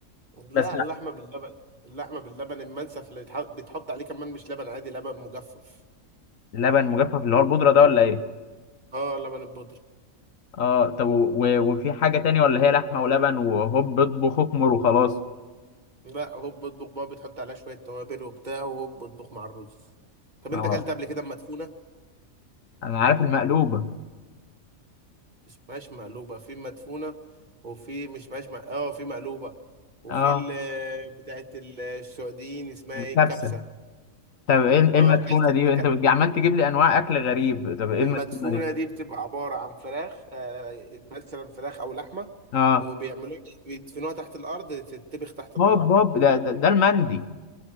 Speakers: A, on the right; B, on the left.
A: لا
B: بس لا
A: اللحمه باللبن اللحمه باللبن المنسف اللي يتح- بيتحط عليه كمان مش لبن عادي لبن مجفف
B: لبن مجفف اللي هو البودره ده ولا ايه
A: اه لبن البودره
B: اه طب و... و- وفي حاجه تانية ولا هي لحمه ولبن وهوب اطبخ اكمر وخلاص
A: لا هوب اطبخ بقى بتحط عليها شويه توابل وبتاع وهوب اطبخ مع الرز طب
B: اه
A: انت اكلت قبل كده مدفونه
B: انا عارف المقلوبه
A: مش مقلوبه في مدفونه وفي مش مش م- اه في مقلوبه وفي
B: اه
A: ال- بتاعت السعوديين اسمها
B: الكبسه
A: ايه الكبسه
B: طب ايه إيه
A: اه
B: المدفونه
A: كلت
B: دي انت
A: ك-
B: بت- عمال تجيب لي انواع اكل غريب طب ايه
A: المدفونة
B: المدفونه دي
A: دي بتبقى عبارة عن فراخ آه مثلا فراخ أو لحمة
B: اه
A: وبيعملوها إيه، بيدفنوها تحت الأرض تتبخ تحت الأرض
B: هوب هوب ده ده, ده المندي